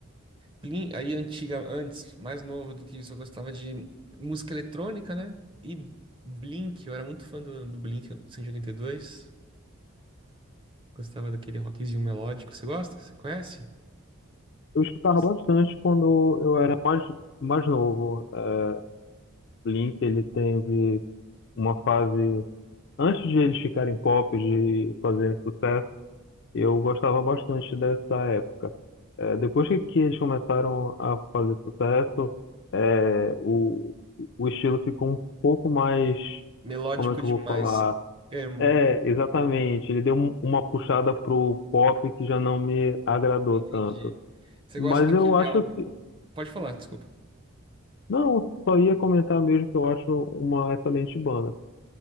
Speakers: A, on the right; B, on the left.
A: Plin- Aí antiga, antes, mais novo do que isso, eu gostava de música eletrônica, né? E Blink, eu era muito fã do, do Blink 182. Gostava daquele rockzinho melódico. Você gosta? Você conhece?
B: escutava
A: Nossa.
B: bastante quando eu era mais, mais novo. É, Blink, ele teve uma fase, antes de eles ficarem pop, de fazerem sucesso, eu gostava bastante dessa época. É, depois que, que eles começaram a fazer sucesso, é, o, o estilo ficou um pouco mais,
A: Melódico
B: como é que
A: demais.
B: eu vou falar?
A: Emo.
B: É, exatamente. Ele deu um- uma puxada pro pop que já não me agradou
A: Entendi.
B: tanto.
A: Você
B: Mas
A: gosta daquele
B: eu acho
A: álbum?
B: que
A: Pode falar, desculpa.
B: Não, só ia comentar mesmo que eu acho uma excelente banda.